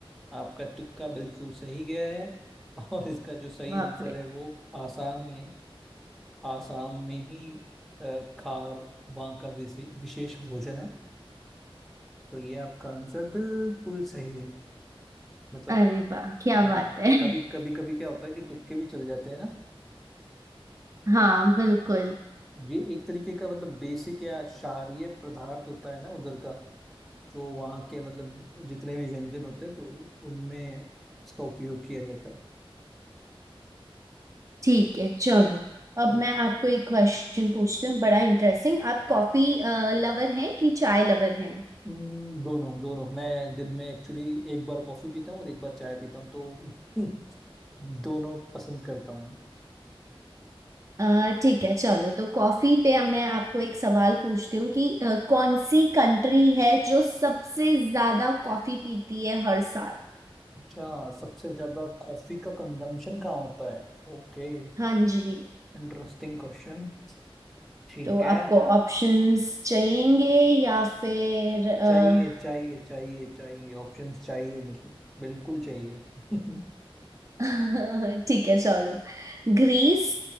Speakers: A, in the centre; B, on the right (about 35°).
A: आपका तुक्का बिल्कुल सही गया है <laughs> और इसका जो सही
B: बाप
A: आंसर
B: रे
A: है वो आसाम ही है आसाम में ही अ, खार वहाँ का विशे, विशेष भोजन है तो ये आपका आंसर बिल्कुल सही है मतलब
B: अरे वाह क्या
A: हम्म,
B: बात है
A: कभी कभी कभी क्या होता है कि तुक्के भी चल जाते हैं ना
B: हाँ बिल्कुल
A: ये एक तरीके का मतलब बेसिक या क्षारीय पदार्थ होता है ना उधर का जो वहाँ के मतलब जितने भी व्यंजन होते हैं तो उनमें इसका उपयोग किया जाता है
B: ठीक है चलो अब
A: हम्म,
B: मैं आपको एक क्वेश्चन पूछती हूँ बड़ा इंटरेस्टिंग आप कॉफी लवर हैं कि चाय लवर हैं
A: हम्म, दोनों दोनों मैं दिन में एक्चुअली एक बार कॉफी पीता हूँ और एक बार चाय पीता हूँ तो <laughs> दोनों पसंद करता हूँ मैं।
B: अ, ठीक है चलो तो कॉफी पे अब मैं आपको एक सवाल पूछती हूँ कि अ, कौन सी कंट्री है जो सबसे ज्यादा कॉफी पीती है हर साल
A: अच्छा सबसे ज्यादा कॉफी का कंजम्पशन कहाँ होता है ओके
B: हाँ जी
A: Interesting question ठीक
B: तो आपको
A: है
B: ऑप्शंस चाहिएंगे या फिर अ,
A: चाहिए चाहिए चाहिए चाहिए ऑप्शंस चाहिए मुझे बिल्कुल चाहिए <laughs>
B: <laughs> ठीक है चलो ग्रीस